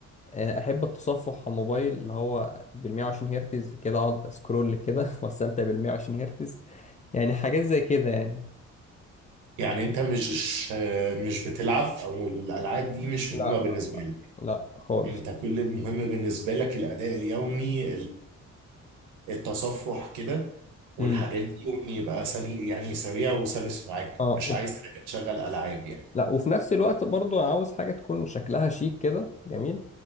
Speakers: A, on the left; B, on the right.
A: آه، احب التصفح على الموبايل اللي هو بال 120 هرتز كده اقعد اسكرول كده <laughs> واستمتع بال 120 هرتز يعني حاجات زي كده يعني
B: يعني انت مش مش بتلعب او الالعاب دي مش
A: لا
B: مهمه بالنسبه
A: لا
B: لك
A: لا خالص
B: انت كل المهم بالنسبه لك الاداء اليومي التصفح كده والحاجات
A: امم
B: مم. دي وان يبقى سريع يعني سريع وسلس معاك
A: اه
B: مش عايز حاجه تشغل العاب يعني
A: لا وفي نفس الوقت برضو انا عاوز حاجة تكون شكلها شيك كده جميل مم.